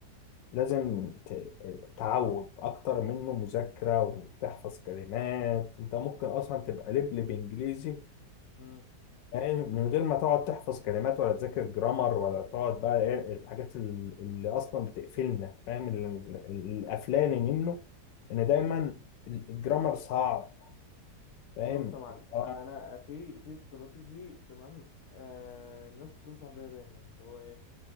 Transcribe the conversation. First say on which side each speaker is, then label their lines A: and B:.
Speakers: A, on the left (about 85°); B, on the left (about 50°).
A: لازم ت- تعود اكتر منه مذاكرة وتحفظ كلمات انت ممكن اصلا تبقى لبلب انجليزي
B: امم
A: فاهم؟ من غير ما تقعد تحفظ كلمات ولا تذاكر جرامر ولا تقعد بقى ايه الحاجات ال- اللي اصلا بتقفلنا فاهم ال- ال- القفلاني منه ان دايما الجرامر صعب فاهم
B: بص يا معلم
A: اه
B: انا في في استراتيجي تمام آه الناس بتنصح بيها دايما اللي هو ايه